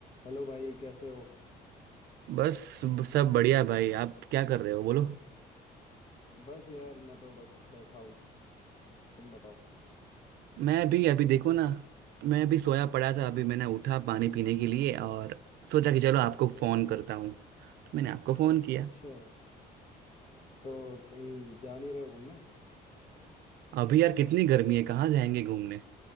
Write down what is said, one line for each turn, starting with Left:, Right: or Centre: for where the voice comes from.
Left: Hello भाई कैसे हो
Right: बस सब बढ़िया भाई आप क्या कर रहे हो बोलो
Left: बस यार मैं तो बस बैठा हूँ तुम बताओ
Right: मैं भी अभी देखो ना मैं अभी सोया पड़ा था अभी मैंने उठा पानी पीने के लिए और सोचा कि चलो आपको
Left: अच्छा
Right: फोन करता हूँ तो मैंने आपको फोन
Left: अच्छा
Right: किया
Left: अच्छा तो कहीं जा नहीं रहे हो घूमने
Right: अभी यार कितनी गर्मी है कहाँ जाएंगे घूमने